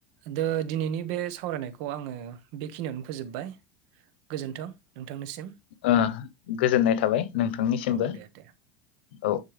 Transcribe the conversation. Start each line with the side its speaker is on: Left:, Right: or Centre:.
Right: दा दिनैनि बे सावरायनायखौ आङो बेखिनियावनो फोजोबबाय गोजोन्थों नोंथांनिसिम
Left: ओ गोजोननाय थाबाय नोंथांनिसिमबो
Right: औ दे दे
Left: औ